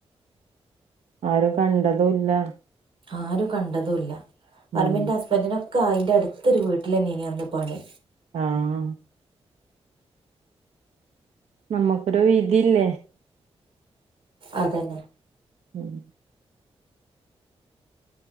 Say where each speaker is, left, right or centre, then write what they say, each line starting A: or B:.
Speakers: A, on the right; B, on the right.
A: ആരും കണ്ടതുല്ല
B: ആരു കണ്ടതുല്ല
A: ഉം
B: വരുമെന്റ ഹസ്ബൻഡിനു എനിക്ക് ആ അയിന്റെ അടുത്ത് ഒരു വീട്ടിൽ ആയിരുന്നു അന്ന് പണി
A: ആഹ് നമുക്ക് ഒരു വിധി ഇല്ലേ
B: അതന്നെ
A: ഉം